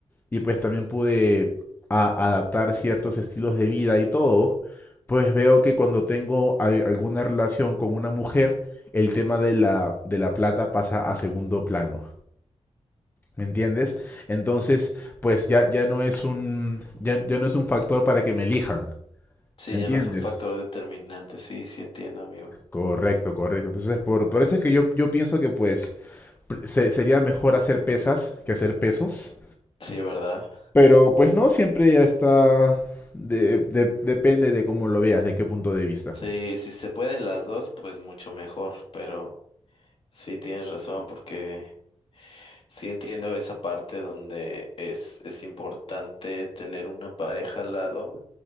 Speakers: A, on the left (about 20°); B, on the left (about 55°).
A: y pues también pude a- adaptar ciertos estilos de vida y todo, pues veo que cuando tengo al- alguna relación con una mujer, el tema de la, de la plata pasa a segundo plano. ¿Me entiendes? Entonces, pues ya, ya no es un, ya, ya no es un factor para que me elijan.
B: Sí,
A: ¿Me
B: ya
A: entiendes?
B: no es un factor determinante. Sí, sí entiendo, amigo.
A: Correcto, correcto. Entonces, por, por eso es que yo, yo pienso que pues pr- se- sería mejor hacer pesas que hacer pesos.
B: Sí, ¿verdad?
A: Pero pues no, siempre ya está, de- de- depende de cómo lo veas, de qué punto de vista.
B: Sí, si se pueden las dos, pues mucho mejor. Pero sí tienes razón, porque Sí entiendo esa parte donde es, es importante tener una pareja al lado.